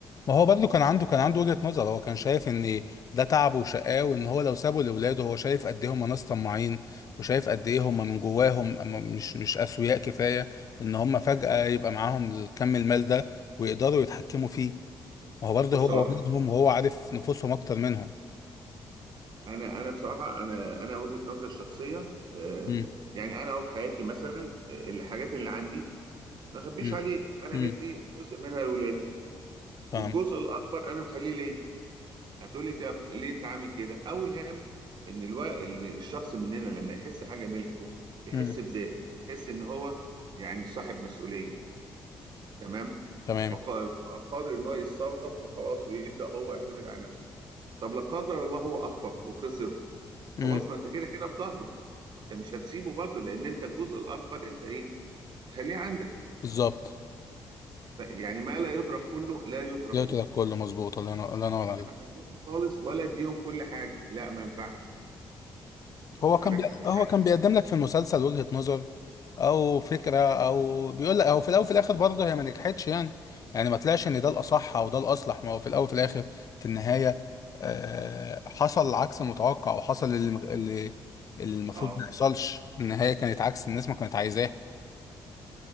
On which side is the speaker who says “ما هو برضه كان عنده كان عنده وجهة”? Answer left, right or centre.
Left